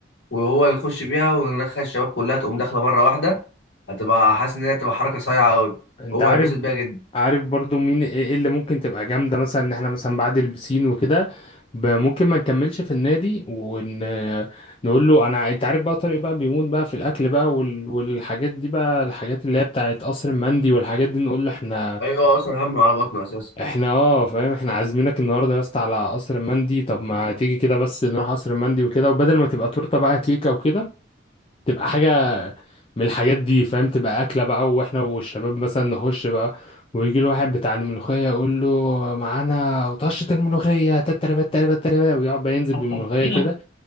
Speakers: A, on the left (about 65°); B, on the left (about 30°).
A: وهو يخش بيها وندخل الشباب كلها تقوم داخله مره واحده هتبقى حاسس ان هي هتبقى حركه صايعه قوي
B: أنت
A: هو
B: عارف
A: هيتبسط بيها جدا
B: عارف برضو مين إيه إيه اللي ممكن تبقى جامدة مثلا إن إحنا مثلا بعد البسين وكده ب- ممكن ما نكملش في النادي ونقول له أنا أنت عارف بقى طارق بقى بيموت بقى في الأكل بقى وال... والحاجات دي بقى الحاجات اللي هي بتاعت قصر المندي والحاجات دي نقول له إحنا
A: ايوه اصلا هم على بطنه اساسا
B: إحنا أه فاهم إحنا عازمينك النهاردة يا اسطى على قصر المندي طب ما تيجي كده بس نروح قصر المندي وكده وبدل ما تبقى تورتة بقى كيكة وكده تبقى حاجة من الحاجات دي فاهم تبقى أكلة بقى وإحنا والشباب مثلا نخش بقى ويجي له واحد بتاع الملوخية يقول له معانا طشة الملوخية تتربة تتربة تتربة ويقعد بقى ينزل
A: <laughs>
B: بالملوخية كده